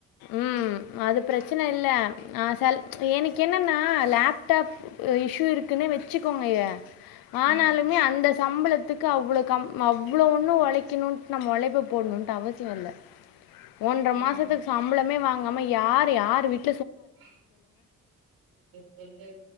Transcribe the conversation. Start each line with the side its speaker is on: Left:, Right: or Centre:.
Left: ம் அது ப்ரெச்சன இல்ல ஆ சல் எனக்கு என்னன்னா லப்டாப் இஷ்யு இருக்குன்னே வச்சுக்கோங்கய ஆனாலுமே
Right: ம்
Left: அந்த சம்பளத்துக்கு அவ்ளோ கம் அவ்ளோ ஒண்ணு ஒழைக்கணுன் நம்ம ஒழைப்ப போட்ணுன்ட்டு அவசியோ இல்ல ஒன்ற
Right: ம்
Left: மாசத்துக் சம்பளமே வாங் காமா யார் யார் விட்
Right: <unintelligible> சொல்லு